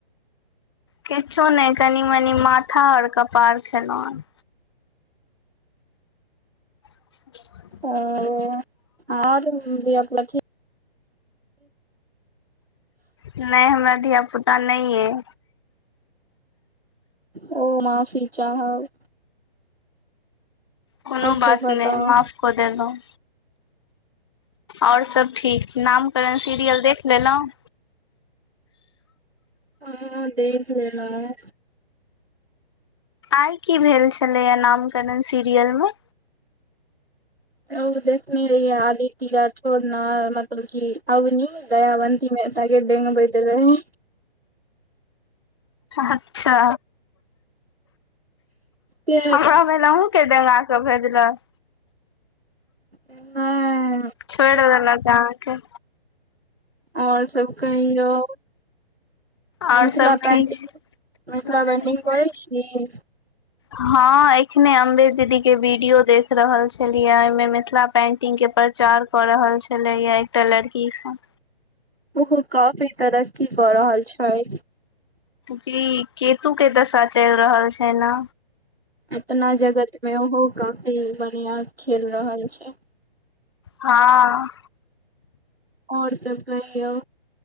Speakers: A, on the left; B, on the right.
A: किछो नहि, कनी-मनी माथा और कपार खेलहुॅंहे <unintelligible>
B: ओआर धियापुता ठीक?
A: नहि, हमरा धियापुता नहि एइ।
B: ओ, माफी चाहब!
A: कोनो
B: आओर
A: बात
B: सब बताउ
A: नहि, माफ कऽ देलहुॅं। आओर सब ठीक, नामकरण सीरियल देखि लेलहुँ?
B: हँ, देख लेलहुॅं।
A: आइ की भेल छलैया नामकरण सीरियलमे?
B: ओ देखने रहियै आदिती राठौर ने मतलब की अवनी दयाबंतीमे एकटा के डेंगबैत रहैए
A: अच्छा,
B: से
A: हमरा भेल अहूॅं फेर डेंगा कऽ भेजलक।
B: नहि
A: छोड़ि देलक अहाँकेॅं
B: आओर सब कहियौ?
A: आओर
B: मिथिला
A: सब ठीक
B: पेंटिंग
A: छै।
B: मिथिला पेंटिंग करै छी
A: हँ एखने अम्बेद दीदी के वीडियो देख रहल छलियै ओहिमे मिथिला पेंटिंग के प्रचार कऽ रहल छलैया एकटा लड़की सब
B: ओहो काफी तरक्की कऽ रहल छैय
A: जी केतु के दशा चलि रहल छैय नऽ
B: अपना जगत मे ओहो काफी बढ़िया खेल रहल छै
A: हँ
B: आओर सब कहियौ